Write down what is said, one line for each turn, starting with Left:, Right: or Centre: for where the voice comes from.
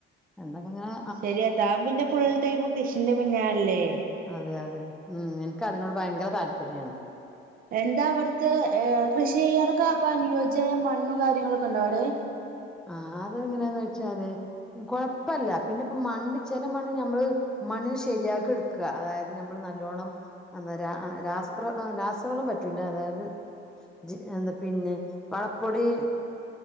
Centre: എന്നൊക്കെങ്ങെനെ
Right: ശരിയാ താം പിന്നെ ഫുൾടൈമ് കൃഷിന്റെ പിന്നാൽല്ലേ
Centre: അതെ അതെ ഊം എൻക്കതിനോട് ഭയ്ങ്കര താൽപര്യാണ്
Right: എന്താ അവ്ട്ത്തെ ഏഹ് കൃഷി ചെയ്യാനൊക്കെ അപ്പൊ അനുയോജ്യായ മണ്ണും കാര്യങ്ങളൊക്കെണ്ടാെ അവ്ടേ
Centre: ആഹ് അതെങ്ങെനേന്ന് വെച്ചാല് കൊഴപ്പല്ല പിന്നെ ഇപ്പം മണ്ണ് ചെലെ മണ്ണ് ഞമ്മെള് മണ്ണ്നെ ശെരിയാക്ക്ട്ക്കാ അതായത് ഞമ്മള് നല്ലോണം അത രാ രാസപ്ര രാസവളം പറ്റൂലാ അതായത് ജി എന്താ പിന്നെ വളപ്പൊടീ